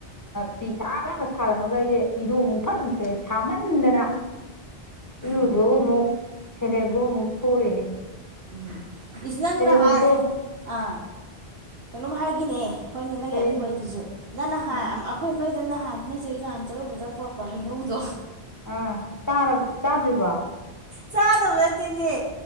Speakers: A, on the left; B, on the right.
A: ꯐꯤ ꯁꯥꯕꯌꯥꯕ ꯁꯥꯔꯝꯃꯒ ꯑꯩꯁꯦ ꯏꯔꯣꯃꯨꯛ ꯐꯠ ꯁꯥꯃꯟꯗꯅ ꯏꯔꯨ
B: ꯎꯝ
A: ꯂꯨꯊꯣꯛꯑꯒ ꯑꯃꯨꯛ ꯁꯦꯜꯐ ꯍꯦꯜꯞ ꯒ꯭ꯔꯨꯞ ꯑꯃꯨꯛ ꯊꯣꯛꯎꯔꯤꯅꯤ
B: ꯎꯝ ꯏꯁ ꯅꯪ ꯅꯍꯟ
A: ꯒ꯭ꯔꯨꯞꯇꯣ
B: ꯑꯥ ꯀꯩꯅꯣꯝ ꯍꯥꯏꯒꯦꯅꯦ ꯍꯣꯏꯅꯦ ꯅꯪꯒꯤ
A: ꯀꯔꯤ
B: ꯑꯗꯨ ꯋꯥꯗꯨꯁꯨ ꯅꯪ ꯅꯍꯥꯟ
A: ꯎꯝ
B: ꯑꯩꯈꯣꯏ ꯅꯣꯏꯗ ꯅꯍꯥꯟ ꯅꯣꯏꯁꯦ ꯍꯣꯏ ꯅꯍꯥꯟ ꯆꯠꯂꯨꯕꯗ ꯄꯨꯔꯛꯄ ꯍꯩ ꯍꯅꯧꯗꯣ
A: ꯑꯥ ꯆꯥꯔꯕ ꯆꯥꯗ꯭ꯔꯤꯕꯣ
B: ꯆꯗ <inaudible> ꯇꯦꯅꯦ